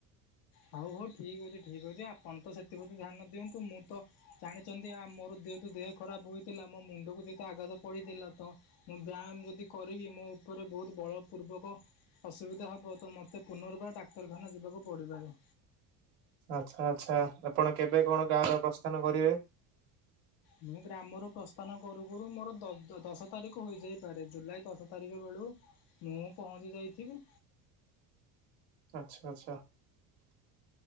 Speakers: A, on the left; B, on the right.
A: ହଉ ହଉ ଠିକ୍ ଅଛି ଠିକ୍ ଅଛି ଆପଣ ତ ସେଥିପ୍ରତି ଧ୍ୟାନ ଦିଅନ୍ତୁ ମୁଁ ତ ଜାଣିଛନ୍ତି ଆ ମୋର ଯେହେତୁ ଦେହ ଖରାପ ହୋଇଥିଲା ମୋ ମୁଣ୍ଡକୁ ଯେହେତୁ ଆଘାତ ପଡିଥିଲା ତ ମୁଁ ବ୍ୟାୟାମ ଯଦି କରିବି ମୋ ଉପରେ ବହୁତ ବଳ ପୂର୍ବକ ଅସୁବିଧା ହେବ ତ ମୋତେ ପୁନର୍ବାର ଡାକ୍ତରଖାନା ଯିବାକୁ ପଡ଼ିପାରେ।
B: ଆଚ୍ଛା ଆଚ୍ଛା, ଆପଣ କେବେ କଣ ଗାଁର ପ୍ରସ୍ଥାନ କରିବେ?
A: ମୁଁ ଗ୍ରାମରୁ ପ୍ରସ୍ ତମେ କରୁ କରୁ ମୋର ଦଶ ତାରିଖ ହୋଇଯାଇପାରେ। ଜୁଲାଇ ଦଶ ତାରିଖ ବେଳୁକୁ ମୁଁ ପହଞ୍ଚି ଯାଇଥିବି।
B: ଆଛା ଆଛା।